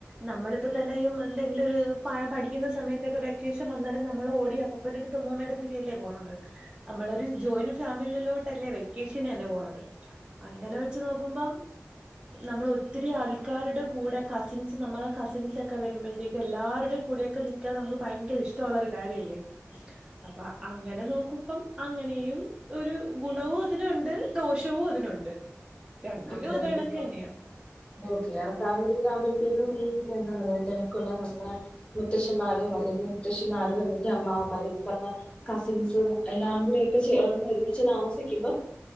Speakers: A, on the right; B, on the left.
A: നമ്മളിപ്പോ തന്നെയും എന്തെങ്കിലും ഒരു പ പഠിക്കുന്ന സമയ ഒക്കെ വെക്കേഷൻ വന്നാലും നമ്മള് ഓടിയാർക്കും പ്പന്റെടത്തും ഉമ്മൂമ്മേട്ത്തൊക്കെയല്ലേ പോണത്. നമ്മളൊരു ജോയിനു ഫാമിലിലോട്ടല്ലേ വെക്കേഷനന്നെ പോണത്. അങ്ങനെ വെച്ച് നോക്കുമ്പം നമ്മളൊത്തിരി ആൾക്കാരുടെ കൂടെ കസിൻസ് നമ്മെ കസിൻസൊക്കെ വരുമ്പഴ്‌ത്തേക്ക് എല്ലാരുടെ കൂടെയൊക്കെ നിക്കാൻ നമുക്ക്ഭയങ്കര ഇഷ്ടമുള്ളൊരു കാര്യല്ലേ. അപ്പൊ അങ്ങനെ നോക്കുമ്പം അങ്ങനെയും ഒരു ഗുണവു അതിലുണ്ട് ദോഷവും അതിനുണ്ട്. രണ്ടിനും
B: <unintelligible>
A: അത് കണക്ക് തന്നെയാ
B: ഫാമിലിയിൽ ആകുമ്പോ കേക്കും നീയെന്താ പറയ തെരക്കൊള്ള നമ്മുടെ മുത്തശ്ശിമാരോ അല്ലെങ്കി മുത്തശ്ശിമാരോ അല്ലെങ്കി അമ്മാവമ്മാര് പറഞ്ഞ കസിൻസോ എല്ലാം കൂടെക്കെ ചേർന്ന് ഒരുമിച്ച് താമസിക്കുമ്പം